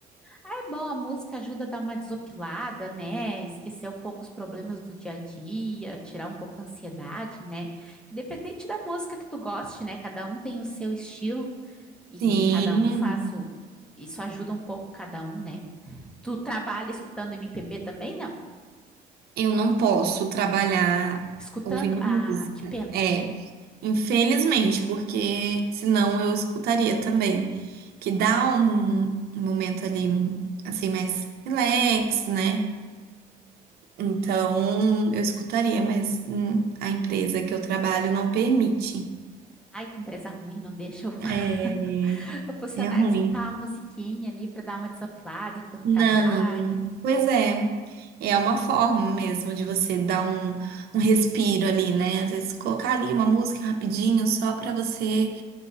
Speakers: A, in the centre; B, on the right.
A: Ah, é bom, a música ajuda a dar uma desopilada, né? Esquecer um pouco os problemas do dia a dia, tirar um pouco a ansiedade, né? Independente da música que tu goste, né? Cada um tem o seu estilo e
B: Sim,
A: cada um faz o... Isso ajuda um pouco cada um, né? Tu trabalha escutando MPB também? Não.
B: eu não posso trabalhar
A: Escutando...
B: ouvindo
A: Ah,
B: música.
A: que pena.
B: É, infelizmente, porque senão eu escutaria também. Que dá um momento ali, assim, mais relax, né? Então, eu escutaria, mas hum, a empresa que eu trabalho não permite.
A: Ai, que empresa ruim, não deixa o,
B: É,
A: <laughs> o funcionário
B: é ruim.
A: escutar a musiquinha ali para dar uma desaplada enquanto
B: Não.
A: trabalha.
B: Pois é, é uma forma mesmo de você dar um, um respiro ali, né? Às vezes colocar ali uma música rapidinho só para você